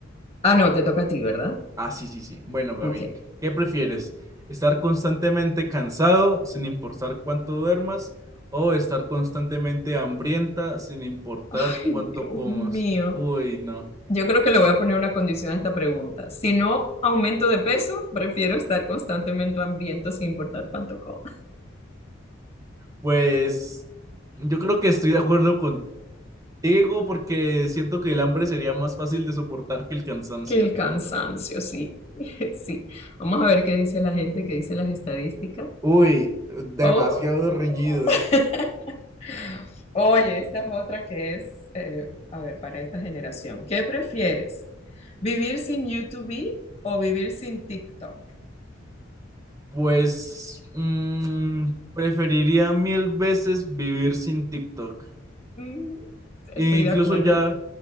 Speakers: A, on the left; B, on the right.
A: ah, no, te toca a ti, ¿verdad?
B: Ah, sí, sí, sí. Bueno, Gaby,
A: Ok. <laughs>
B: ¿qué prefieres? ¿Estar constantemente cansado sin importar cuánto duermas o estar constantemente hambrienta sin importar
A: Ay,
B: cuánto
A: Dios
B: comas?
A: mío.
B: Uy, no.
A: Yo creo que le voy a poner una condición a esta pregunta. Si no aumento de peso, prefiero estar constantemente hambriento sin importar cuánto como.
B: Pues yo creo que estoy de acuerdo contigo porque siento que el hambre sería más fácil de soportar que el cansancio.
A: Que el cansancio, sí, <laughs> sí. Vamos a ver qué dice la gente, qué dicen las estadísticas.
B: Uy, demasiado
A: Oh,
B: reñido.
A: <laughs> oye, esta es otra que es, eh, a ver, para esta generación. ¿Qué prefieres? ¿Vivir sin YouTube o vivir sin TikTok?
B: Pues mm, preferiría mil veces vivir sin TikTok.
A: Mm,
B: E
A: estoy
B: incluso
A: de acuerdo.
B: ya,